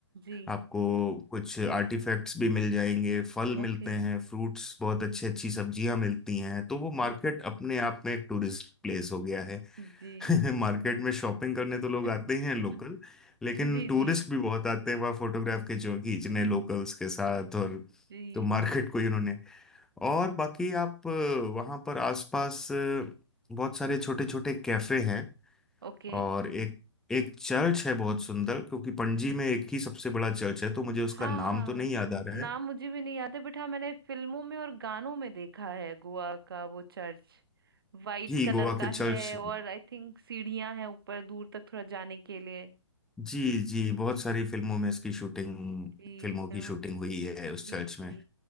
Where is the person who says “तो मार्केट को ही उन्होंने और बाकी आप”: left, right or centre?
Centre